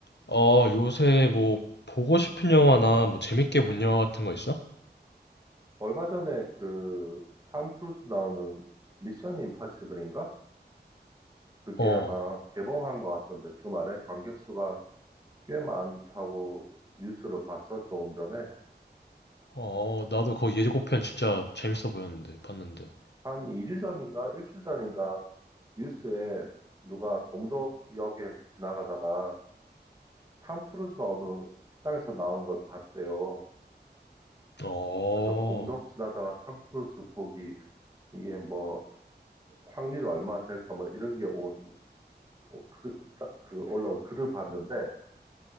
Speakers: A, on the left (about 75°); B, on the right (about 20°).
A: 어, 요새 뭐 보고 싶은 영화나 뭐 재밌게 본 영화 같은 거 있어?
B: 얼마 전에 그, 탐 크루즈 나오는 미션 임파서블인가? 그게
A: 어,
B: 아마 개봉한 것 같던데, 주말에 관객 수가 꽤 많다고 뉴스를 봤어, 조금 전에.
A: 어, 나도 그 예고편 진짜 재밌어 보였는데 봤는데.
B: 한 2주 전인가? 1주 전인가? 뉴스에 누가 공덕 역에 지나가다가 탐 크루즈가 어느 식당에서 나온 걸 봤대요.
A: 어,
B: 그래서 공덕 지나다가 탐 크루즈 보기, 이게 뭐, 확률이 얼마 될까, 뭐, 이런 게 온, 그, 그 그 올라온 글을 봤는데,